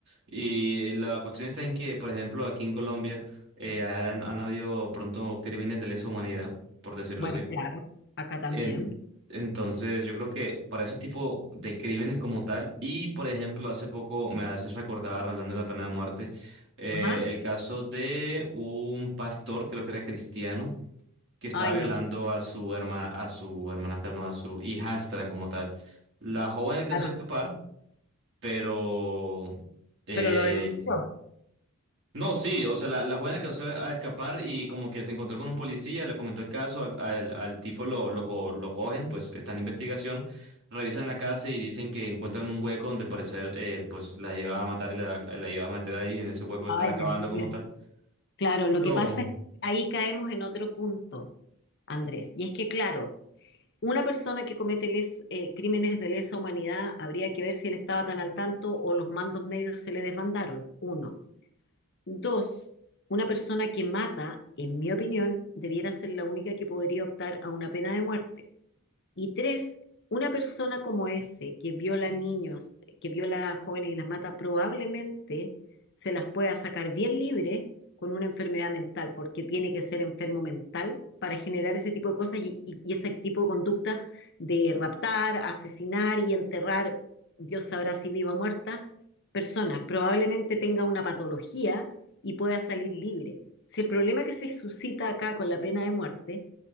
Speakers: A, on the right; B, on the left.
A: Y la cuestión está en que, por ejemplo, aquí en Colombia eh, han, han habido pronto crímenes de lesa humanidad, por decirlo
B: Bueno,
A: así.
B: claro. Acá también.
A: En- entonces, yo creo que para ese tipo de crímenes como tal, y por ejemplo, hace poco me haces recordar, hablando de la pena de muerte, eh,
B: Ajá.
A: el caso de un pastor, creo que era cristiano, que estaba
B: Ay,
A: violando
B: no,
A: a su hermana, a su hermanastra, no, a su hijastra como tal. La joven alcanzó
B: claro.
A: a escapar, pero eh,
B: Pero lo denunció.
A: no, sí, o sea, la, la joven alcanzó a escapar y como que se encontró con un policía, le comentó el caso, al, al- al tipo lo, lo, co- lo cogen, pues está en investigación, revisan la casa y dicen que encuentran un hueco donde al parecer él pues la iba a matar y la, la iba a meter ahí en ese hueco que
B: Ay,
A: estaba acabando
B: Dios
A: como
B: mío.
A: tal.
B: Claro, lo
A: Pero
B: que pasa es que ahí caemos en otro punto, Andrés, y es que, claro, una persona que comete les- eh, crímenes de lesa humanidad habría que ver si él estaba tan al tanto o los mandos medios se le desbandaron, uno. Dos, una persona que mata, en mi opinión, debiera ser la única que podría optar a una pena de muerte. Y tres, una persona como ese que viola niños, que viola a jóvenes y las mata, probablemente se las pueda sacar bien libre con una enfermedad mental, porque tiene que ser enfermo mental para generar ese tipo de cosas y, y- y ese tipo de conducta de raptar, asesinar y enterrar, Dios sabrá si viva o muerta, personas. Probablemente tenga una patología y pueda salir libre. Si el problema que se suscita acá con la pena de muerte